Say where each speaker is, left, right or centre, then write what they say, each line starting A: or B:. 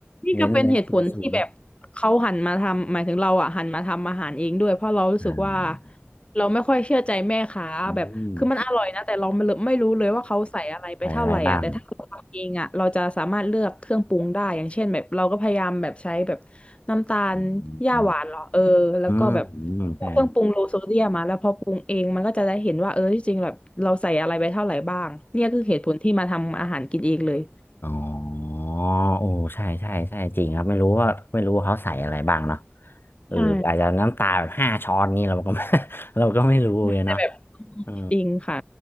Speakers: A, on the left; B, on the left.
A: นี่ก็เป็นเหตุผลที่แบบเขาหันมาทำ
B: เน้นเลยสูงสูง
A: หมายถึงเราอ่ะหันมาทำอาหารเองด้วย เพราะเรารู้สึกว่า
B: อ่า
A: เราไม่ค่อยเชื่อใจแม่ค้าแบบคือมันอร่อยนะแต่เราไม่รู้ไม่รู้เลยว่าเขาใส่อะไรไปเท่าไหร่อ่ะแต่ถ้าเราทำเองอ่ะเราจะสามารถเลือกเครื่องปรุงได้
B: อืมใส่อะไรบ้าง
A: อย่างเช่นแบบเราก็พยายามแบบใช้แบบน้ำตาลหญ้าหวานเหรอเออแล้วก็แบบ
B: อืมอืมอืมใช่
A: พวกเครื่องปรุงโลโซเดียมมาแล้วพอปรุงเองมันก็จะได้เห็นว่าเออที่จริงแบบเราใส่อะไรไปเท่าไหร่บ้างเนี่ยคือเหตุผลที่มาทำอาหารกินเองเลย
B: อ๋อโอ้ใช่ใช่ใช่จริงครับไม่รู้ว่าไม่รู้ว่าเขาใส่อะไรบ้างเนาะเอออาจจะน้ำตาแบบห้าช้อนนี่เราก็ไม่
A: ใช่
B: <laughs> เราก็ไม่รู้เลยเนาะ
A: แต่แบบ
B: เออ
A: จริงค่ะ